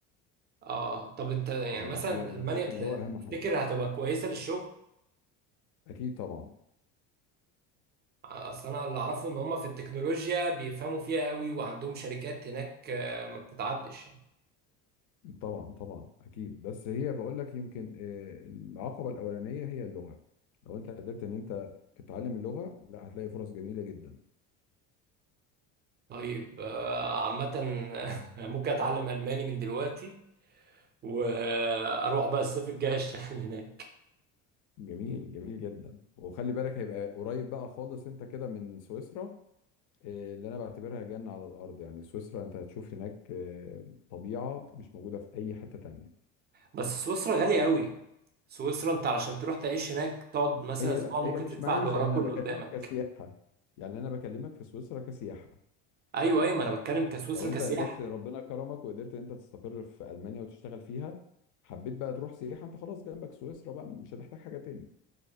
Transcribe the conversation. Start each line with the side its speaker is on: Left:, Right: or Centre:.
Right: اه طب انت يعني
Left: يعني
Right: مثلا
Left: انا انا
Right: المانيا
Left: شايف
Right: بتح-
Left: ان اللغه اهم
Right: تفتكر
Left: حاجه
Right: هتبقى كويسة للشغل
Left: اكيد طبعا
Right: اصل انا اللي اعرفه ان هم في التكنولوجيا بيفهموا فيها قوي وعندهم شركات هناك آه، ما بتتعدش يعني
Left: طبعا طبعا اكيد بس هي بقول لك يمكن آه، العقبه الاولانيه هي اللغه لو انت قدرت ان انت تتعلم اللغه لا هتلاقي فرص جميله جدا
Right: طيب آه، عامة <laughs> ممكن اتعلم الماني من دلوقتي واروح بقى الصيف الجاي اشتغل هناك
Left: جميل جميل جدا وخلي بالك هيبقى قريب بقى خالص انت كده من سويسرا آه، اللي انا بعتبرها جنه على الارض يعني سويسرا انت هتشوف هناك آه، طبيعه مش موجوده في اي حته تانية
Right: بس سويسرا غالية قوي سويسرا انت علشان تروح تعيش هناك تقعد مثلا
Left: هي
Right: اسبوع
Left: لا
Right: ممكن
Left: هي مش
Right: تدفع
Left: معيشه
Right: اللي وراك
Left: انا
Right: واللي
Left: بكلمك
Right: قدامك
Left: كسياحه يعني انا بكلمك في سويسرا كسياحه
Right: ايوه ايوه ما انا بتكلم كسويسرا
Left: لو
Right: كسياحة
Left: انت قدرت ربنا كرمك وقدرت ان انت تستقر في المانيا وتشتغل فيها حبيت بقى تروح سياحه انت خلاص جنبك سويسرا بقى مش هتحتاج حاجه تاني